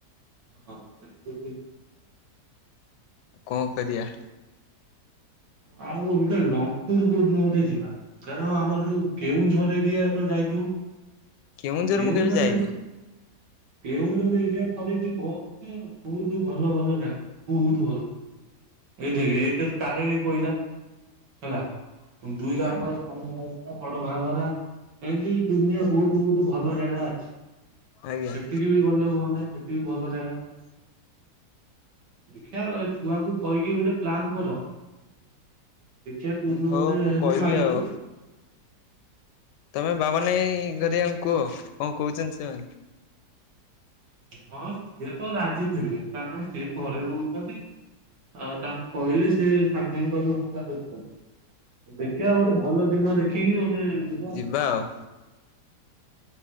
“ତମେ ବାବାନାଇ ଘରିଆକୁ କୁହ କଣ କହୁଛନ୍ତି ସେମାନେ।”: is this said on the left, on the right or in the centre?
Left